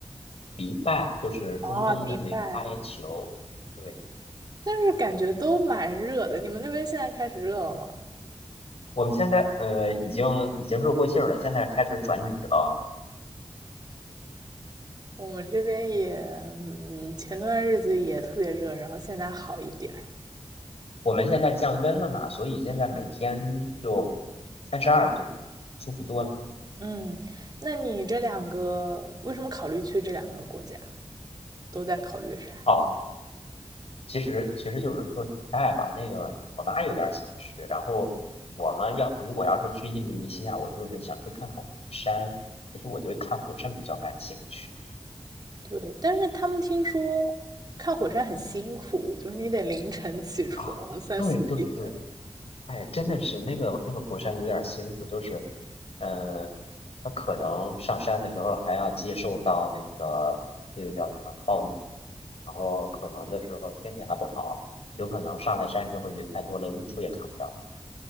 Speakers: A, on the left (about 70°); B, on the right (about 40°).
A: 迪拜就是中东的那个阿联酋，
B: 啊，迪拜，
A: 对，
B: 但是感觉都蛮热的。你们那边现在开始热了吗？
A: 我们现在呃已经已经热过劲儿了，现在开始转雨了。
B: 我们这边也，嗯，前段日子也特别热，然后现在好一点儿。
A: 我们现在降温了嘛，所以现在每天就三十二度，舒服多了。
B: 嗯，那你这两个为什么考虑去这两个国家？都在考虑啥。
A: 哦，其实其实就是说迪拜吧，那个我妈有点想去，然后我们要如果要是去印度尼西亚，我就是想去看看火山。其实我对看火山比较感兴趣
B: 对，但是他们听说看火山很辛苦，就是你得凌晨起床三四点。
A: 啊，对对对，哎，真的是那个那个火山有点辛苦，就是，呃，它可能上山的时候还要接受到那个那个叫什么暴雨然后可能的时候天气还不好，有可能上了山之后云太多了，日出也看不到。